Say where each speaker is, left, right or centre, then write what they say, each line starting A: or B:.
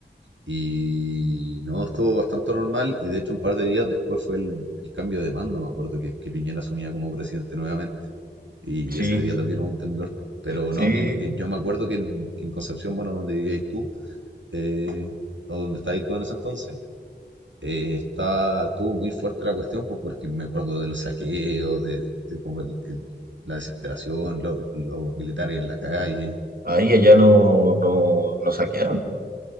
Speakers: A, on the right; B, on the right.
A: Y no, estuvo bastante normal y de hecho un par de días después fue el, el cambio de mando, me acuerdo que, que Piñera asumía como presidente nuevamente. Y
B: Sí,
A: ese día también hubo un temblor. Pero
B: sí,
A: no, mi- ma- yo me acuerdo que en, que en Concepción, bueno, donde vivíais tú, eh, o donde estabas tú en ese entonces, eh, está, tuvo muy fuerte la cuestión, pues porque me acuerdo de los saqueos, de, de como el- el- la desesperación, lo- los militares en la calle.
B: ahí allá no, no, no saquearon.